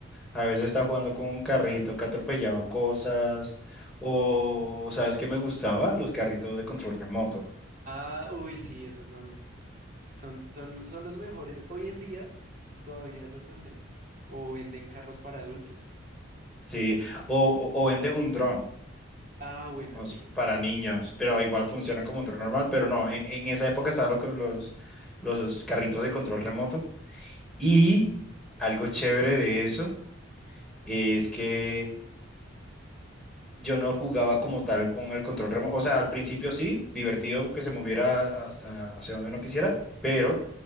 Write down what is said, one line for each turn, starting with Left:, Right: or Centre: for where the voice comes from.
Centre: A veces estaba jugando con un carrito que atropellaba cosas, o ¿sabes qué me gustaba? Los carritos de control remoto,
Right: Ah, uy, sí, esos son, son, son, son los mejores. Hoy en día todavía los venden o venden carros para adultos.
Centre: sí, o, o, o venden un dron.
Right: Ah, bueno,
Centre: o
Right: sí.
Centre: s- para niños, pero igual funciona como un dron normal, pero no, en, en esa época estaban los, los carritos de control remoto y algo chévere de eso es que yo no jugaba como tal con el control remoto. O sea, al principio sí, divertido que se moviera hacia, hacia donde uno quisiera, pero